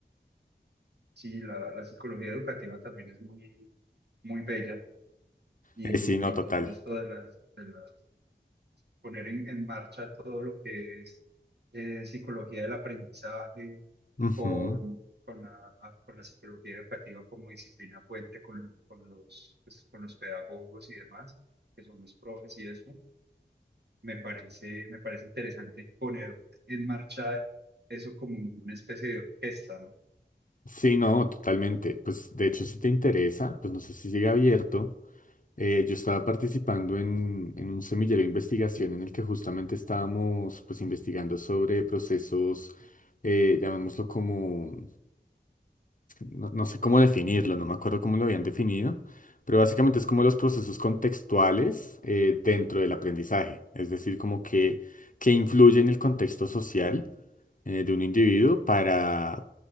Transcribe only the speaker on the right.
Sí, la, la psicología educativa también es muy, muy bella y,
y
todo esto de las, de las poner en, en marcha todo lo que es eh, psicología del aprendizaje
con, con la, a- con la psicología educativa como disciplina fuente con, con los, pues, con los pedagogos y demás, que son los profes y eso. Me parece, me parece interesante poner en marcha eso como una especie de orquesta, ¿no?